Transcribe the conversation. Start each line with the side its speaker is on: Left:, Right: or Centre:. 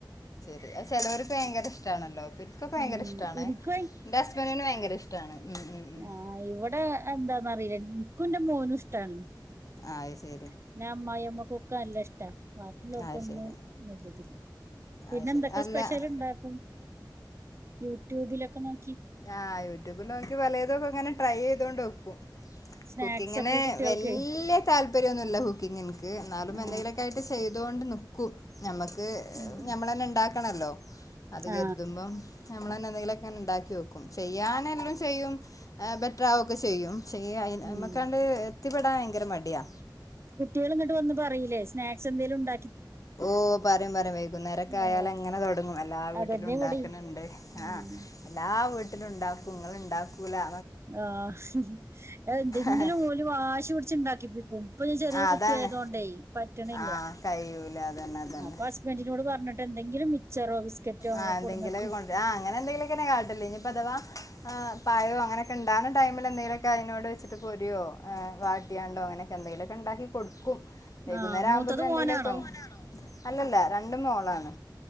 Left: ചിലവർക്ക് ഭയങ്കര ഇഷ്ടണല്ലോ ഇവർക്കൊക്ക ഭയങ്കര
Right: ഉം
Left: ഇഷ്ടാണ്
Right: എനിക്ക്
Left: എന്റെ ഹസ്ബൻഡിന് ഭയങ്കര ഇഷ്ടാണ് ഉം ഉം ഉം
Right: ആഹ് ഇവിടെ എന്താന്നറിയില്ല എനിക്കും എന്റെ മോനും ഇഷ്ടാണ്
Left: അത് ശരി
Right: പിന്നെ അമ്മായിയമ്മക്കൊക്കെ നല്ല ഇഷ്ട ബാക്കിയുള്ളവർക്കൊന്നും
Left: അത് ശരി
Right: വലിയതില്ല പിന്നെ
Left: അത് ശരി
Right: എന്തൊക്കെ
Left: അല്ല
Right: സ്പെഷ്യൽ ഇണ്ടാക്കും യൂട്യൂബിലൊക്കെ നോക്കി
Left: ആഹ് യൂട്യൂബില് നോക്കി പലതോക്കെ ഇങ്ങനെ ട്രൈ ചെയ്തൊണ്ട് വെക്കും
Right: സ്നാക്സ്
Left: കുക്കിങ്ങിന്
Right: ഒക്കെ കുട്ടികൾക്ക്
Left: വല്ലിയാ താല്പര്യവൊ ന്നുമില്ല കുക്കിങ്ങിക്ക് എന്നാലും
Right: ആ
Left: എന്തെങ്കിലുക്കെയായിട്ട് ചെയ്തൊണ്ട് നിക്കും ഞമ്മക്ക്
Right: ഉം.
Left: ഞമ്മള് തന്നെ ഇണ്ടാക്കണല്ലോ അത്
Right: ആ
Left: കരുതുമ്പോ നമ്മള തന്നെ എന്തെങ്കിലൊക്കെ ഇണ്ടാക്കി വെക്കും ചെയ്യാന് എല്ലും ചെയ്യും ബെറ്റർ ആവൊക്കെ ചെയ്യും ചെയ്യാ അയിന്
Right: ഉം.
Left: മ്മക്കാണ്ട് എത്തിപ്പെടാൻ ഭയങ്കര മടിയാ
Right: കുട്ടികള് ഇങ്ങോട്ട് വന്ന് പറയില്ലേ സ്നാക്സ് എന്തെലും ഉണ്ട
Left: ഓഹ് പറയും പറയും വൈകുന്നേരൊക്കെ ആയാല്
Right: ആ
Left: ഇ ങ്ങനെ തൊടങ്ങും എല്ലാ വീട്ടിലും
Right: അതന്നെ
Left: ഇണ്ടാക്കണണ്ട്
Right: ഇവിടെയും ഉം.
Left: ആഹ് എല്ലാ വീട്ടിലും ഇണ്ടാക്കുംങ്ങള് ഇണ്ടാക്കും ക്കൂലാ
Right: ആഹ് എന്തെങ്കിലും
Left: ആഹ്
Right: ഓല് വാശി പിടിച്ചുണ്ടാക്കിപ്പം ഇപ്പള് ചെറിയ കുട്ടിയായതൊണ്ടേ
Left: അതാണ്
Right: പറ്റണില്ല
Left: ആഹ് കഴിയൂല അതന്നെ അതന്നെ
Right: ആഹ് അപ്പൊ ഹസ്ബൻഡിനോട് പറഞ്ഞിട്ട് എന്തെങ്കിലും മിക്ച്ചറോ ബിസ്ക്കറ്റോ അങ്ങനെ
Left: ആഹ് എന്തെങ്കിലൊക്കെ
Right: കൊടുന്നക്കും
Left: കൊണ്ട് ആഹ് അങ്ങനെ എന്തെങ്കിലൊക്കെ കാട്ടാല് ഇനിപ്പോ അതവ ആഹ് പഴോ അങ്ങനെ ഇണ്ടാവുന്ന ടൈമില് എന്തെലൊക്കെ അതിനോട് വെച്ചിട്ട് പൂരിയോ വാട്ടിയാണ്ടോ അങ്ങനെ എന്തെലുമൊക്കെ ഇണ്ടാക്കി കൊടുക്കും വൈകുന്നേരം
Right: ആ മൂത്തത്
Left: ആവുമ്പോത്തിന്
Right: മോനാണോ
Left: എന്തെങ്കിലുമൊക്കെ ആണോ അലല്ല രണ്ടും മോളാണ്